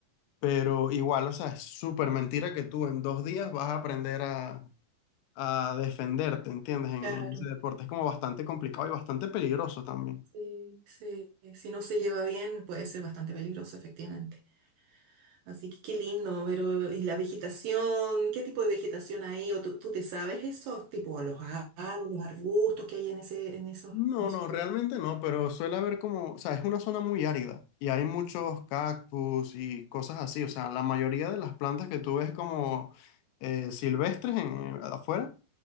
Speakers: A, on the left; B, on the right.
A: Pero igual, o sea, es súper mentira que tú en dos días vas a aprender a, a defenderte, ¿entiendes? En,
B: claro.
A: en ese deporte es como bastante complicado y bastante peligroso también.
B: Sí, sí. Si no se lleva bien, puede ser bastante peligroso, efectivamente. Así que qué lindo, pero ¿y la vegetación? ¿Qué tipo de vegetación hay? ¿O tú, tú te sabes esos tipo los árboles, los arbustos que hay en ese, en esos,
A: No,
B: en esos?
A: no, realmente no, pero suele haber como, o sea, es una zona muy árida y hay muchos cactus y cosas así, o sea, la mayoría de las plantas que tú ves como eh, silvestres en, afuera